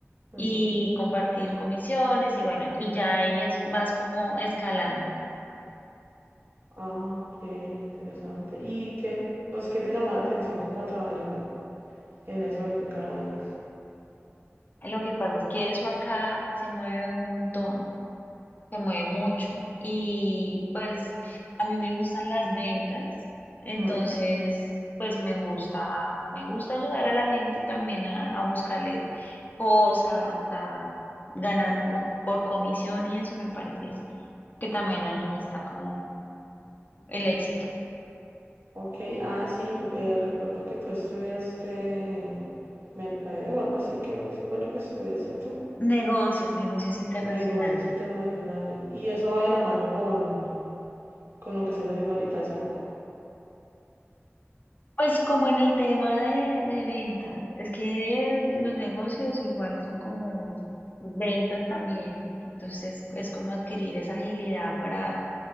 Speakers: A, on the right; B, on the left.
A: Ujú.
B: y compartir comisiones y bueno, y ya ahí es, vas como escalando.
A: Ah, ok, interesante. ¿Y qué, pues, qué te llamó la atención cómo trabajar en, en eso de finca raíz?
B: Lo que pasa es que eso acá se mueve un montón. se mueve mucho y pues a mí me gustan las ventas, entonces
A: Ujú.
B: pues me gusta, me gusta ayudar a la gente también a, a buscarle cosas, a ganar como por comisión y eso me parece que también ahí está como el éxito.
A: Ok, ah, sí, eh, recuerdo que tú estudiaste mercadeo o algo así, ¿qué es- fue lo que estudiaste tú?
B: Negocios, negocios internacionales.
A: Negocios internacionales. Y eso va de la mano con, con lo que estás haciendo ahorita, ¿cierto?
B: Pues como en el tema de, de ventas, es que los negocios igual son como ventas también, entonces es como adquirir esa agilidad para